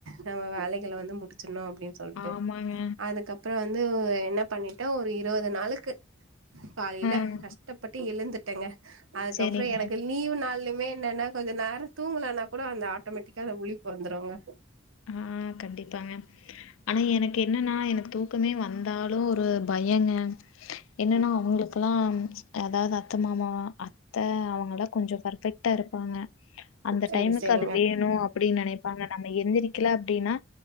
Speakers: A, on the right; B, on the left.
A: நம்ம வேலைகள வந்து முடிச்சிடணு அப்டின் சொல் சொல்ட்டு
B: ஆமாங்க.
A: அதுக்கப்ரோ வந்து என்ன பண்ணிட்டோ ஒரு இருவது நாளுக்கு காலையில
B: ம்.
A: கஷ்டப்பட்டு எழுந்துட்டேங்க அதுக்கப்புறம்
B: சரிங்க.
A: எனக்கு லீவ் நாலுமே என்னன்னா கொஞ்ச நேரோ தூங்கலனா கூடோ அந்த ஆட்டோமேட்டிக்கா அந்த முழிப் பொறந்துருவங்க
B: ம் கண்டிப்பாங்க ஆனா எனக்கு என்னன்னா எனக்கு தூக்கமே வந்தாலும் ஒரு பையங்க என்னன்னா
A: ம்
B: அவங்களுக் பலாம் அதாவது அத்த மாமா அத்த அவங்களாக் கொஞ்சோ பர்ஃபெக்ட்டா இருப்பாங்க அந்த
A: சரி
B: டைமுக்கு
A: சரிங்க
B: அது வேணு அப்டின் நெனைப்பாங்க நம்ம எந்திரிக்கில அப்டினா